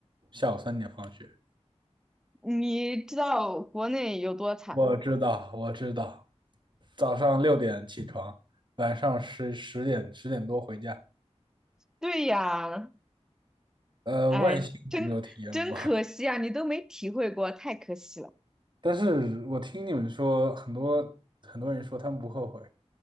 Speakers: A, on the right; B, in the centre.
A: 下午三点放学。
B: 你知道国内有多惨吗？
A: 我知道，我知道，早上六点起床，晚上十十点十点多回家。
B: 对呀，
A: 呃，
B: 哎，
A: 万幸我没有体验过，
B: 真真可惜啊，你都没体会过，太可惜了。
A: 但是我听你们说，很多很多人说他们不后悔，